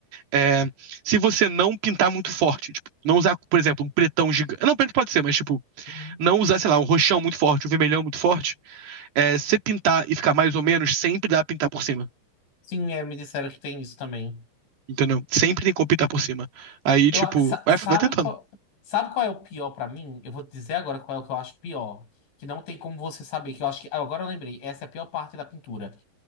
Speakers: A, on the right; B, on the left.
A: É, se você não pintar muito forte, tipo, não usar, por exemplo, um pretão gigante. Não, preto pode ser, mas, tipo,
B: Uhum.
A: não usar, sei lá, um roxão muito forte, um vermelhão muito forte. É, se pintar e ficar mais ou menos, sempre dá pra pintar por cima.
B: Sim, é, me disseram que tem isso também.
A: Entendeu? Sempre tem como pintar por cima. Aí,
B: Eu,
A: tipo,
B: sa-
A: vai,
B: sabe
A: vai tentando.
B: qual, sabe qual é o pior pra mim? Eu vou te dizer agora qual é o que eu acho pior. Que não tem como você saber, que eu acho que. ah, agora eu lembrei, essa é a pior parte da pintura.